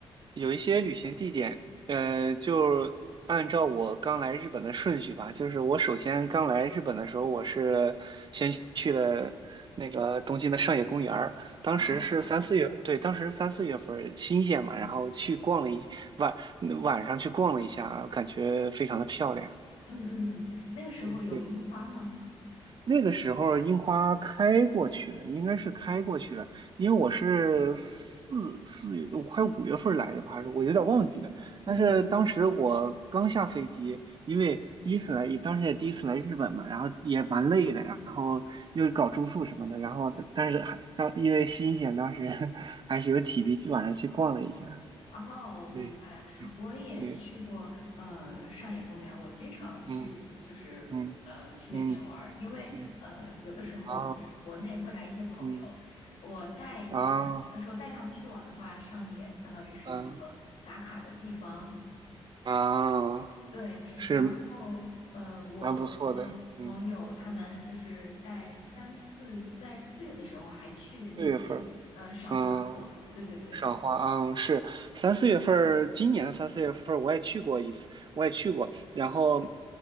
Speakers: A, on the right; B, on the left.
A: 有一些旅行地点，呃，就按照我刚来日本的顺序吧。就是我首先刚来日本的时候，我是先去了那个东京的上野公园儿，当时是三四月，
B: 哦，
A: 对，当时是三四月份儿新鲜嘛，然后去逛了一晚晚上去逛了一下，感觉非常的漂亮。
B: 嗯嗯，嗯那个时候有樱花吗？
A: 哎，对。那个时候樱花开过去了，应该是开过去了，因为我是四四月快五月份来的吧，还是我有点忘记了。
B: 嗯嗯。
A: 但是当时我刚下飞机，因为第一次来，当时也第一次来日本嘛，然后也蛮累的，然后又搞住宿什么的，然后但是还当因为新鲜，当时 <laughs> 还是有体力去晚上去逛了一下。嗯
B: 哦，明白。
A: 对，对，
B: 我也去过呃上野公园，
A: 对，
B: 我经常去，
A: 嗯
B: 就是呃去那边玩儿，
A: 嗯嗯
B: 因为呃有的时候就是国内会来一些朋友，
A: 嗯啊嗯
B: 我带有的时候带他们去玩儿的话，
A: 啊
B: 上野相当于是一个
A: 嗯。
B: 打卡的地方，
A: 啊，
B: 对。
A: 是
B: 然后呃，我和朋友他们就是在三四在四月的时候还去那边
A: 蛮不错的，嗯，四月份儿，
B: 呃赏花过，
A: 嗯，
B: 对对对。
A: 赏花，嗯，是三四月份儿，今年的三四月份儿我也去过一次，我也去过。然后